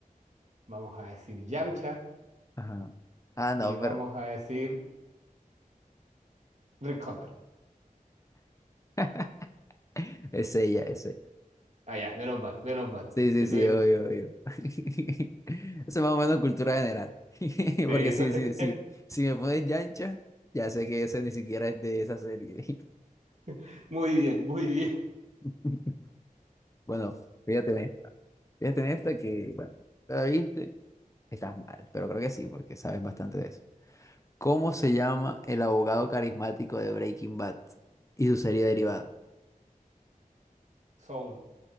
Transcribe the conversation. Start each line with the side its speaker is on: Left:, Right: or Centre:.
Right: vamos a decir Yamcha
Left: Ajá. Ah, no,
Right: y vamos
Left: pero
Right: a decir Rick Hunter.
Left: <laughs> es ella, es ella.
Right: Ah, ya, menos mal, menos mal.
Left: Sí, sí,
Right: Te
Left: sí,
Right: tuve...
Left: obvio, obvio. <laughs> Eso es más o menos cultura general. <laughs>
Right: Sí,
Left: Porque
Right: eso
Left: sí,
Right: es,
Left: sí, sí.
Right: es-
Left: Si me pones Yancha, ya sé que ese ni siquiera es de esa serie.
Right: <laughs> Muy bien, muy bien.
Left: <laughs> Bueno, fíjate en esta. Fíjate en esta que, bueno, la viste, estás mal, pero creo que sí, porque sabes bastante de eso. ¿Cómo se llama el abogado carismático de Breaking Bad y su serie derivada?
Right: Soul,